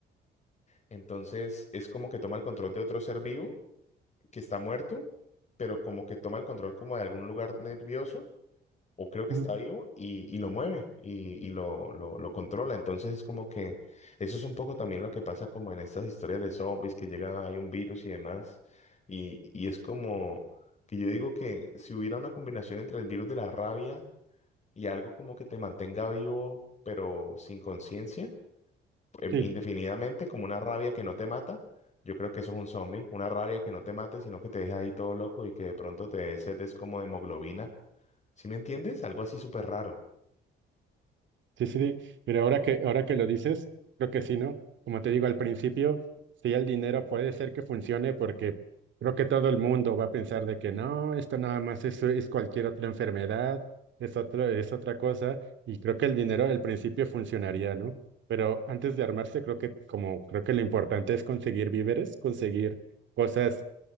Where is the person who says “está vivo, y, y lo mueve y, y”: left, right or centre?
Left